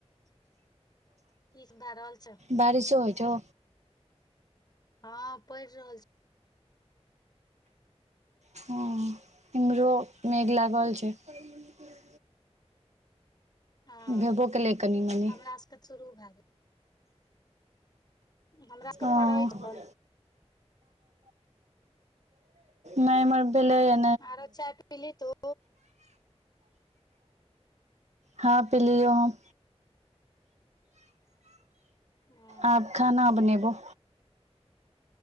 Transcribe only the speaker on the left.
<unintelligible>
हँ पढ़ रहल छी।
छौ हँ
हमरा तऽ सुरू भय गेल। हमरा सबके
पढ़ै छन।
आरो चाय पी ली तू?
हूं